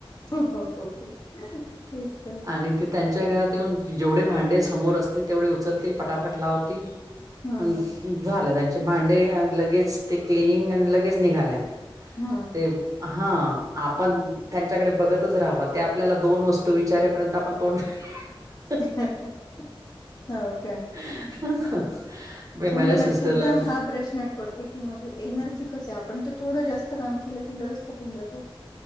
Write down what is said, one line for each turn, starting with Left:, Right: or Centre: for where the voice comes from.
Left: हो हो हो तेच त.
Right: आणि ते त्यांच्या घरात येऊन जेवढे भांडे समोर असतील तेवढे उचलतील, पटाफट लावतील.
Left: हम्म
Right: अनं
Left: हम्म
Right: झालं त्यांचे भांडे अ लगेच ते क्लिनिंग, अन लगेच निघाल्यां.
Left: हूं!
Right: हां आपण त्यांच्याकडे बघतच राहाव, ते आपल्याला दोन वस्तू विचारेपर्यंत आपण तोंड <unintelligible>
Left: हो काय?
Right: <unintelligible>
Left: हो मला
Right: सिस्टरला
Left: खूपदा हा प्रश्न पडतो. ते की मगं एनर्जी कसे आपण त थोडं जास्त काम केलं की लगेच थकून जातो.